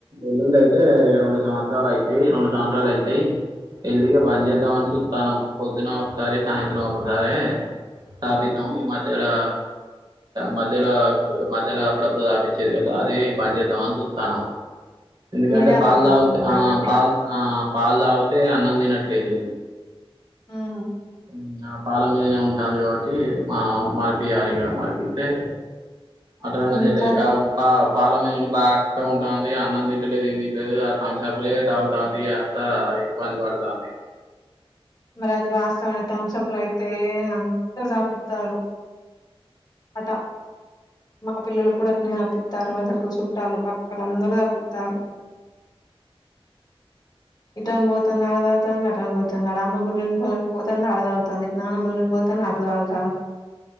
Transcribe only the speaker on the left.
మీరే అలవాటు
జేద్దాం అనుకుంటారా
అండి?
మ్మ్
హ్మ్.
అదే.
మరి అది వాస్తవాన్ని థమ్స అప్ లో అయితే అందరు తాపిత్తారు అట మగపిల్లలకి అట్నే తాపిత్తారు. అసలుకు సుట్టాలు పక్కాలుకు అందరూ తాపిత్తారు, ఇట అని బోతంది అట అని పోతుంది అడ అమ్మములని పోతుంది ఆడదవుతుంది ఇటు నాన్నమ్మలని పోతోంది అటు తావుతుంది.